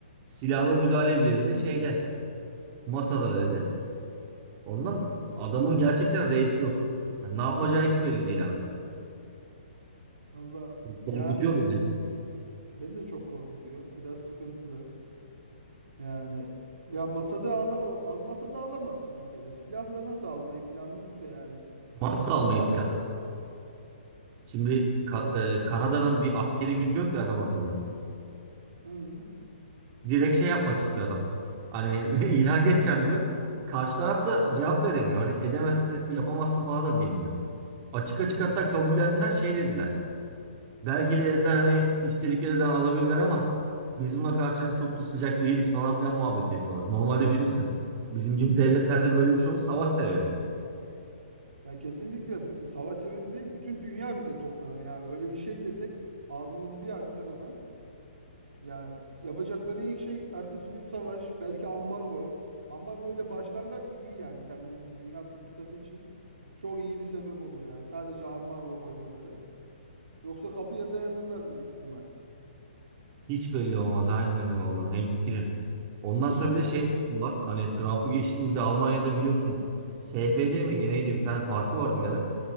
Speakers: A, on the right (about 35°); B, on the right (about 75°).
A: silahlı müdahale bile dedi şeyde masada dedi. Ondan adamın gerçekten reisi yok. Yani ne yapacağı hiç belli değil abi.
B: Valla
A: Korkutuyor
B: yani
A: beni.
B: beni de çok korkutuyor. Biraz sıkıntılı. Yani ya masada alama almasa da alamazsın bir kere. Silahla nasıl almayı planlıyorsa yani.
A: Masa almayı
B: Zaten
A: planlıyorsa. Şimdi Ka- e, Kanada'nın bir askeri gücü yok ya adam akıllı.
B: hı,
A: Direkt şey yapmak
B: evet.
A: istiyor adam. Hani <laughs> ilhak edeceğim diyor. Karşı taraf da cevap veremiyor. Hani edemezsin, yapamazsın falan da diyemiyor. Açık açık hatta kabullendiler şey dediler. Belki de dediler hani istedikleri zaman alabilirler ama biz buna karşı hani çok da sıcak değiliz falan filan muhabbeti yapıyorlar. Normalde bilirsin. Bizim gibi devletlerde böyle bir şey olur savaş sebebi.
B: Ya kesinlikle savaş sebebi değil bütün dünya bize toplanır yani öyle bir şey desek ağzımızı bir açsak ona ya yapacakları ilk şey ertesi gün savaş belki ambargo. Ambargo ile başlarlarsa iyi yani kendimizi dünya politikası için çok iyi bir sebep olur yani sadece ambargo koymaları. Yoksa kapıya dayanırlar büyük ihtimal.
A: Hiç belli olmaz. Aynen öyle vallahi. Hemfikirim. Ondan sonra
B: Yani
A: bir de şey var. Hani Trump'ı geçtim bir de Almanya'da biliyorsun. SFD miydi neydi bir tane parti var birader.